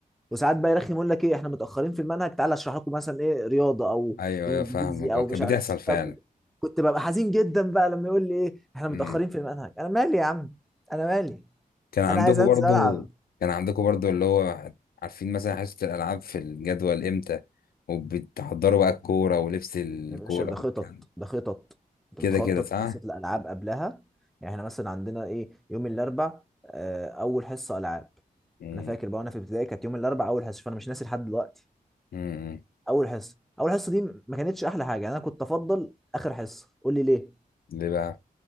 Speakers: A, in the centre; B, on the left.
A: وساعات بقى يرخم يقول لك ايه احنا متاخرين في المنهج تعالى اشرح لكم مثلا ايه رياضه او
B: ايوه
A: انجليزي
B: ايوه فاهمك
A: او
B: آه، كانت
A: مش عارف
B: بتحصل فعلا
A: طب كنت ببقى حزين جدا بقى لما يقول لي ايه احنا
B: مم.
A: متاخرين في المنهج انا مالي يا عم انا مالي
B: كان عندكم
A: انا عايز انزل
B: برضو
A: العب
B: كان عندكم برضو اللي هو عارفين مثلا حصة الالعاب في الجدول امتى وبتحضروا بقى الكورة ولبس الكورة
A: يا باشا ده
B: والكلام
A: خطط ده خطط انت
B: كده
A: بتخطط
B: كده صح؟
A: حصة الالعاب قبلها يعني احنا مثلا عندنا ايه يوم الاربع آه، اول حصة العاب
B: مم.
A: انا فاكر بقى وانا في ابتدائي كانت يوم الاربع اول حصة فانا مش ناسي لحد دلوقتي
B: مم.
A: اول حصة اول حصة دي ما كانتش احلى حاجة يعني انا كنت افضل اخر حصة قول لي ليه
B: ليه بقى؟